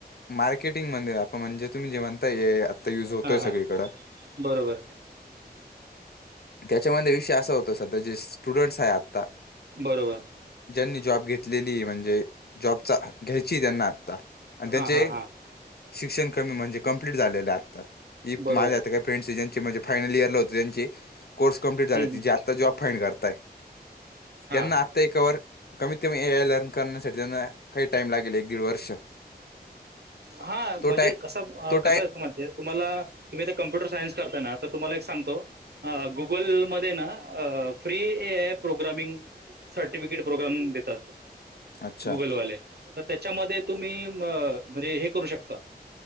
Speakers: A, on the left; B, on the right.
A: मार्केटिंगमध्ये. म्हणजे तुम्ही जे म्हणताय ए आय आत यूज होतोय
B: हां हां
A: सगळीकड.
B: बरोबर.
A: त्याच्यामध्ये विषय असा होता. सध्या जे स्टुडंट्स हाये आत्ता.
B: बरोबर.
A: ज्यांनी जॉब घेतलेली. म्हणजे जॉबचा घ्यायचीय त्यांना आत्ता. आणि त्यांचे
B: हां हां हां
A: शिक्षण कमी म्हणजे कंप्लीट झालेलेय आता. इप
B: बरोबर
A: माझ्या आता काही फ्रेंड्से ज्यांच्या म्हणजे फायनल इयरला होते. त्यांची कोर्स कंप्लीट झाले
B: हं, हं.
A: तिचे आता जॉब फाइड करताय.
B: हां
A: त्यांना
B: हां
A: ते कवर कमीत -कमी ऐअलन करण्यासाठी त्यांना काही टाइम लागेल. एक दीड वर्ष
B: हा म्हणजे
A: तो टाइ
B: कसा
A: तो
B: -कसा
A: टाइ
B: अस म्हणत्या. तुम्हाला तुम्ही ते कम्प्युटर सायन्स करताय ना, तर तुम्हाला एक सांगतो. हा गुगलमध्ये ना फ्री एय प्रोग्रामिंग सर्टिफिकेट प्रोग्राम देतात.
A: अच्छा
B: गुगलवाले. तर त्याच्यामध्ये तुम्ही म म्हणजे हे करू शकता.